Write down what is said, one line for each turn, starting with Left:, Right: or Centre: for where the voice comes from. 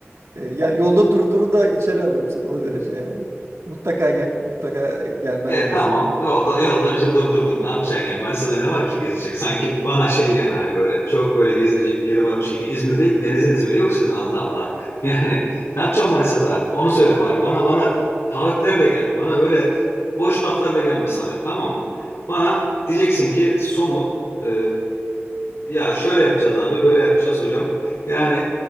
Right: E, yani yolda durduru da içeri alırım seni o derece yani. Mutlaka gel, mutlaka gelmen
Left: E
Right: lazım.
Left: tamam yolda yolda bizi durdurdun ne yapacaksın yani Manisa'da ne var ki gezecek sanki bana şey yani hani böyle çok böyle gezilecek bir yere varmış gibi İzmir değil ki deniziniz bile yok sizin Allah Allah <laughs> yani ne yapacaksın Manisa'da onu söyle bari bana bana taahhütlerle gel bana öyle boş laflarla gelme Samet tamam mı bana diyeceksin ki somut e, ya şöyle yapacağız abi böyle yapacağız hocam yani